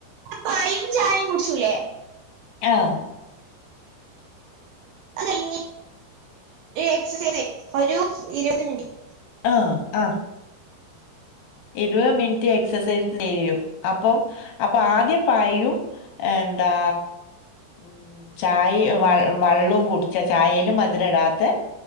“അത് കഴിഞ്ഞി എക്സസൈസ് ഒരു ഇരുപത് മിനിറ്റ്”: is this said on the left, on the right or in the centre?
Right